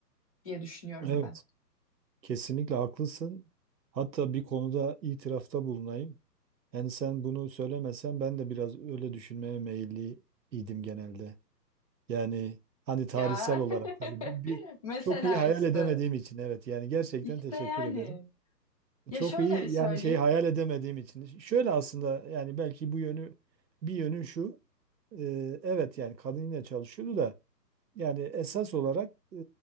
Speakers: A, on the left; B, on the right.
A: diye düşünüyorum
B: Evet.
A: ben.
B: Kesinlikle haklısın. Hatta bir konuda itirafta bulunayım. Yani sen bunu söylemesen ben de biraz öyle düşünmeye meyilli idim genelde. Yani hani tarihsel
A: Ya
B: olarak
A: <laughs>
B: tabii bu bir
A: mesela
B: çok iyi hayal
A: işte
B: edemediğim için evet yani gerçekten
A: işte
B: teşekkür
A: yani
B: ederim.
A: ya
B: Çok
A: şöyle
B: iyi
A: söyleyeyim.
B: yani şey hayal edemediğim için. Şöyle aslında yani belki bu yönü bir yönü şu. e, evet yani kadın yine çalışıyordu da yani esas olarak e,